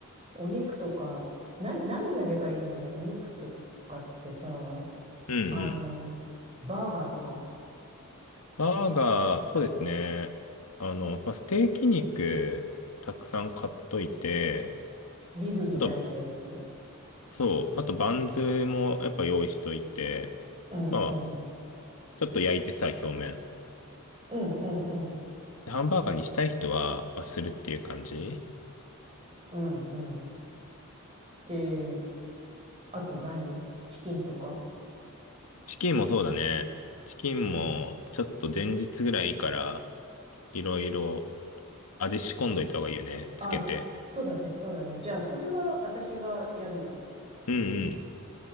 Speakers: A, on the right (about 25°); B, on the left (about 85°).
A: お肉とか、な、何やればいいのお肉とかってさ、
B: うん、うん。
A: あの、バーガーとか、
B: バーガー、そうですね。あの、まあ、ステーキ肉、たくさん買っといて、
A: リブみたいなやつ
B: あと、そう、あとバンズもやっぱ用意しといて、
A: うんうん。
B: まあ、ちょっと焼いてさ、表面。
A: うんうんうん。
B: ハンバーガーにしたい人は、まあ、するっていう感じ
A: うんうん。で、あと何チキンとか
B: チキンもそうだね。チキンも、ちょっと前日ぐらいから、いろいろ味仕込んどいた方がいいよね。
A: あ、
B: つけて。
A: つ、そうだね、そうだね。じゃあ、それは私がやるよ。
B: うんうん。